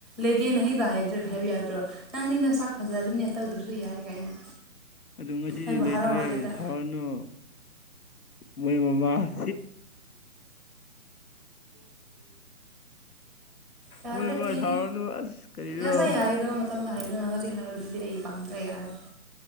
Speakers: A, in the centre; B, on the left (about 85°).
A: ꯂꯩꯇꯦꯅ ꯍꯦꯛꯇ ꯍꯥꯢꯗ꯭ꯔ ꯍꯥꯏꯕ ꯌꯥꯗ꯭ꯔꯣ ꯅꯪꯗꯤ ꯅꯁꯛ ꯐꯖꯕꯅꯤ ꯇꯧꯗ꯭ꯔꯁꯨ ꯌꯥꯏ ꯀꯥꯏꯅ
B: ꯑꯗꯨ ꯉꯁꯤꯗꯤ
A: ꯑꯩꯕꯨ
B: ꯂꯩꯇ꯭ꯔꯦ
A: ꯍꯔꯥꯎꯍꯜꯂꯒ
B: ꯁꯔꯅꯣ ꯃꯣꯏ ꯃꯃꯥꯁꯤ
A: ꯌꯥꯗ꯭ꯔꯦ
B: ꯃꯣꯏ ꯃꯃꯥ
A: ꯊꯦꯡꯉꯦ
B: ꯁꯥꯎꯔꯅꯨ ꯑꯁ ꯀꯔꯤꯔꯣ
A: ꯉꯁꯥꯢ ꯍꯥꯢꯒꯗꯧ ꯃꯇ ꯃꯇꯝꯗ ꯍꯥꯏꯗꯅ ꯍꯧꯖꯤꯛ ꯍꯥꯏꯕꯗꯨꯗꯤ ꯑꯩ ꯄꯥꯝꯗ꯭ꯔꯦ ꯌꯥꯔꯦ